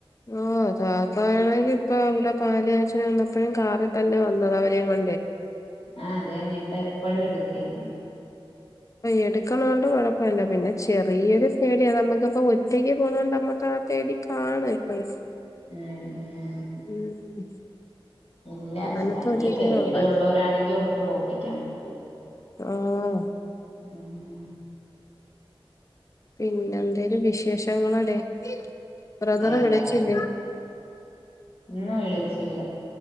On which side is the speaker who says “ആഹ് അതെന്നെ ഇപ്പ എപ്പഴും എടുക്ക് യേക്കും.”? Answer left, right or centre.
Left